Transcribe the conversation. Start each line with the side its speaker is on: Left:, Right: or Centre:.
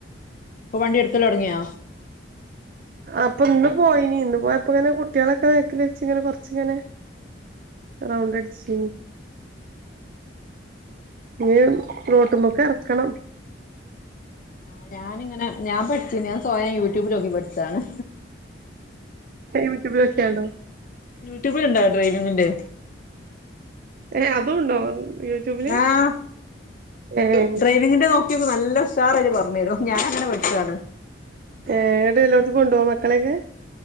Left: ഇപ്പൊ വണ്ടി എടുക്കലൊടങ്ങിയൊ
Right: അപ്പൊ ഇന്ന് പോയിനി ഇന്ന്പോയപ്പങ്ങനെ കുട്ട്യാളൊക്കെ ബേക്ക്ല് വെച്ച് ഇങ്ങനെ കൊർച്ച് ഇങ്ങനെ റൗണ്ടടിച്ചേനി ഇനി റോട്ടുമ്പൊക്കെ ഇറക്കണം
Left: ആഹ് ഞാനിങ്ങനെ ഞാൻ പഠിച്ച ഞാൻ സ്വയം യൂട്യൂബിലോക്കി പഠിച്ചതാണ്
Right: യുട്യുബിൽ നോക്ക്യാണ്ടോ
Left: യൂട്യൂബിൽ ഇണ്ടോ ഡ്രൈവിങ്ങിന്റെ
Right: ഏഹ് അതുണ്ടോ യൂട്യൂബില്
Left: ആഹ്
Right: ഏഹ്
Left: <unintelligible> നല്ല ഉഷാറായിട്ട് പറഞ്ഞു തരും ഞാൻ അങ്ങനെ പഠിച്ചതാണ്
Right: ഏടെ എല്ലോടത്തും കൊണ്ടോവൊ മക്കളൊക്കെ